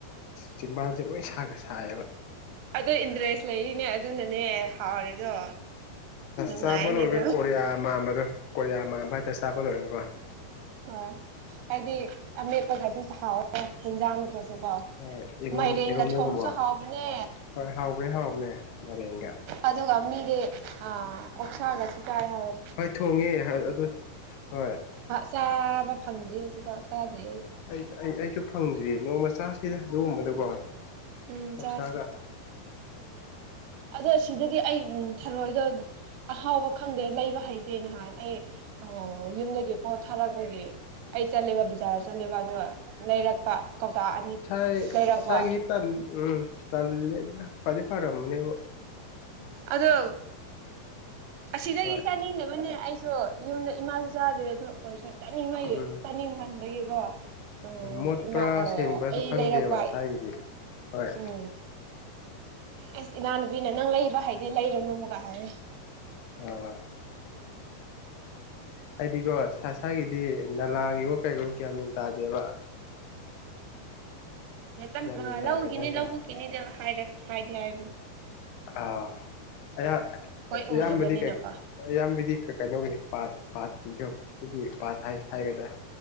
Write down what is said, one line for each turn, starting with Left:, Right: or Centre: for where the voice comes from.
Left: ꯆꯤꯝꯕꯥꯟꯁꯦ ꯂꯣꯏ ꯁꯥꯒ ꯁꯥꯏꯌꯦꯕ
Right: ꯑꯗ ꯏꯟꯇꯔꯦꯁ ꯂꯩꯔꯤꯅꯦ ꯑꯗꯨꯅꯅꯦ ꯍꯥꯎꯔꯤꯗꯣ ꯅꯨꯡꯉꯥꯏꯅꯦ
Left: ꯆꯥꯕ ꯂꯣꯏꯔꯒ
Right: ꯑꯗꯣ
Left: ꯀꯣꯔꯤꯌꯥ ꯃꯝꯕꯗꯣ ꯀꯣꯔꯤꯌꯥ ꯃꯝꯕ ꯍꯥꯏꯇꯥꯔꯦ ꯆꯥꯕ ꯂꯣꯏꯔꯒꯀꯣ
Right: ꯍꯣꯏ ꯍꯥꯏꯗꯤ ꯑꯃꯦꯠꯄ ꯈꯩꯁꯨ ꯆꯥꯎꯋ ꯍꯦꯟꯖꯥꯡ ꯅꯠꯇ꯭ꯔꯁꯨ ꯀꯥꯎ
Left: ꯍꯣꯏ ꯏꯔꯣꯟ
Right: ꯃꯥꯏꯔꯦꯟꯒ
Left: ꯏꯔꯣꯝꯗꯒꯨꯝꯕ
Right: ꯊꯣꯡꯕꯁꯨ ꯍꯥꯎꯕꯅꯦ
Left: ꯍꯣꯏ ꯍꯥꯎꯕꯅꯦ ꯍꯥꯎꯕꯅꯦ ꯉꯔꯦꯡꯒ
Right: ꯑꯗꯨꯒ ꯃꯤꯗꯤ ꯑ ꯑꯣꯞꯊꯔꯒꯁꯨ ꯆꯥꯏ ꯍꯥꯏꯋꯦ
Left: ꯍꯣꯏ ꯊꯣꯡꯉꯦ ꯑꯗꯨ ꯍꯣꯏ
Right: ꯆꯥꯕ ꯐꯪꯗ꯭ꯔꯤ ꯍꯧꯖꯤꯛꯐꯥꯎ ꯆꯥꯗ꯭ꯔꯤ
Left: ꯑꯩ ꯑꯩ ꯑꯩꯁꯨ ꯐꯪꯗ꯭ꯔꯤꯌꯦ ꯅꯣꯡꯃꯆꯥꯁꯤꯗ ꯑꯗꯨꯒꯨꯝꯕꯗꯀꯣ
Right: ꯎꯝ
Left: ꯑꯣꯣꯛꯁꯥꯒ
Right: ꯆꯥꯁꯦ ꯑꯗꯣ ꯁꯤꯗꯗꯤ ꯑꯩ ꯊꯔꯣꯏꯗꯣ ꯑꯍꯥꯎꯕ ꯈꯪꯗꯦ ꯂꯩꯕ ꯍꯩꯇꯦ ꯅꯍꯥꯟ ꯑꯩ ꯌꯨꯝꯗꯒꯤ ꯑꯣ ꯊꯥꯔꯛꯄꯒꯤ ꯑꯩ ꯆꯠꯂꯦꯕ ꯕꯖꯥꯔ ꯆꯠꯂꯦꯕ ꯑꯗꯨꯒ ꯂꯩꯔꯛꯄ ꯀꯧꯇꯥ ꯑꯅꯤ
Left: ꯉꯥꯏ
Right: ꯂꯩꯔꯛꯄ
Left: ꯏꯁꯥꯏꯒꯤ ꯎꯝ ꯇꯜꯂꯦꯗ ꯐꯗꯤ ꯐꯔꯝꯃꯅꯦꯕ
Right: ꯑꯗꯣ ꯑꯁꯤꯗꯒꯤ
Left: ꯍꯣꯏ
Right: ꯆꯥꯅꯤꯡꯅꯕꯅꯦ ꯑꯩ ꯌꯨꯝꯗ ꯏꯃꯥꯁꯨ ꯆꯥꯗꯦ ꯑꯗꯨꯗꯣ ꯑꯣꯏꯔꯁꯨ ꯆꯥꯅꯤꯡꯉꯒꯤ
Left: ꯎꯝ
Right: ꯆꯥꯅꯤꯡꯃꯟꯕꯒꯤꯀꯣ ꯎꯝ
Left: ꯃꯣꯠꯄ꯭ꯔꯥ ꯁꯦꯡꯕ꯭ꯔꯥꯁꯨ
Right: ꯑꯩ
Left: ꯈꯪꯗꯦꯕ
Right: ꯂꯩꯔꯛꯄ
Left: ꯁꯥꯏꯒꯤꯗꯤ ꯍꯣꯏ
Right: ꯎꯝ ꯑꯁ ꯏꯅꯥꯅꯨꯄꯤꯅ ꯅꯪ ꯂꯩꯕ ꯍꯥꯏꯗꯤ ꯂꯩꯔꯨꯅꯨꯨꯒ ꯍꯥꯏꯔꯦ
Left: ꯑꯣ ꯍꯥꯏꯗꯤ ꯀꯣ ꯆ ꯉꯁꯥꯒꯤꯗꯤ ꯅꯂꯥꯒꯤꯕꯣ ꯀꯩꯒꯨꯝ ꯀꯌꯥ ꯃꯦꯟ ꯇꯥꯗꯦꯕ
Right: ꯎꯝ
Left: ꯒ꯭ꯌꯥꯟ ꯃꯦꯟ ꯇꯥꯗꯕ
Right: ꯂꯧꯎꯒꯤꯅꯤ
Left: ꯍꯥꯏꯇꯥꯔꯦ
Right: ꯂ ꯀꯤꯅꯤꯗ ꯈꯥꯏ ꯂ ꯈꯥꯏꯗ ꯍꯥꯏ
Left: ꯑ ꯑ
Right: ꯍꯣꯏ ꯎꯗꯕꯅꯤꯅꯀꯣ
Left: ꯌꯥꯝꯕꯤ ꯀ ꯏꯌꯥꯝꯕꯗꯤ ꯀꯩꯅꯣꯒꯤꯅꯤ ꯄꯥꯠ ꯄꯥꯠꯀꯤꯗꯣ ꯑꯩꯈꯣꯏꯒꯤ ꯄꯥꯊ ꯍꯥꯏꯁ ꯍꯥꯏꯒꯗ꯭ꯔꯥ